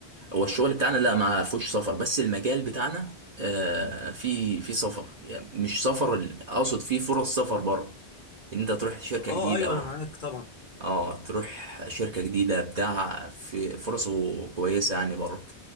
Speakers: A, on the right; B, on the left.
A: هو الشغل بتاعنا لا ما فيهوش سفر بس المجال بتاعنا آه في في سفر يعني مش سفر ال- اقصد فيه فرص سفر بره ان انت تروح شركة
B: اه
A: جديدة
B: أيوه
A: او
B: أنا معاك طبعا
A: اه تروح شركة جديدة بتاع في فرصه كويسة يعني بره